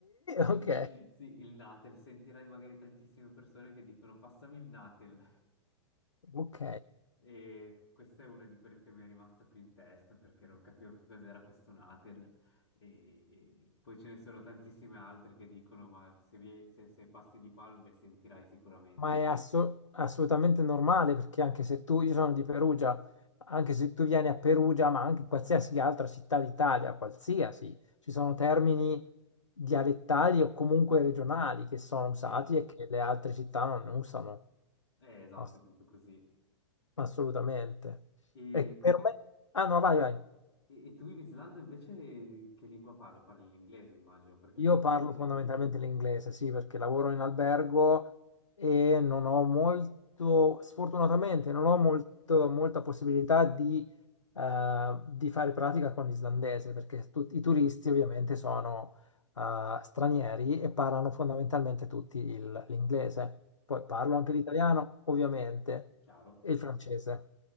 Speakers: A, on the left; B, on the left.
A: Sì,
B: ok,
A: il natel, sentirai magari tantissime persone che dicono passami il natel.
B: ok.
A: E questa è una di quelle che mi è rimasta più in testa perché non capivo più cos'era questo Natel. E poi ce ne sono tantissime altre che dicono: Ma se, vi- se- se passi di qua le sentirai sicuramente.
B: Ma è asso- assolutamente normale perché anche se tu, io sono di Perugia, anche se tu vieni a Perugia, ma anche in qualsiasi altra città d'Italia, qualsiasi, ci sono termini dialettali o comunque regionali che sono usati
A: Sì.
B: e che le altre città non usano
A: Eh, esatto,
B: ass-
A: è proprio così.
B: assolutamente.
A: E,
B: E per me... Ah no, vai, vai.
A: e- e tu in Islanda invece che lingua parli? Parli l'inglese, immagino, perché l'islandese
B: Io parlo fondamentalmente
A: è
B: l'inglese, sì, perché lavoro in albergo e non ho molto, sfortunatamente, non ho molto, molta possibilità di, eh, di fare pratica con l'islandese, perché tu- i turisti ovviamente sono, eh, stranieri e parlano fondamentalmente tutti il- l'inglese. Poi parlo
A: Beh,
B: anche l'italiano, ovviamente,
A: chiaro.
B: e il francese.